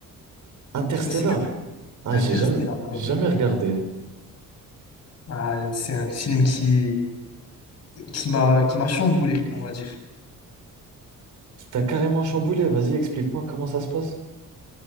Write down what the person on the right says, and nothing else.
Interstellar.
Ah, j'ai
jamais,
j'ai jamais regardé.
T'as carrément chamboulé. Vas-y, explique-moi comment ça se passe.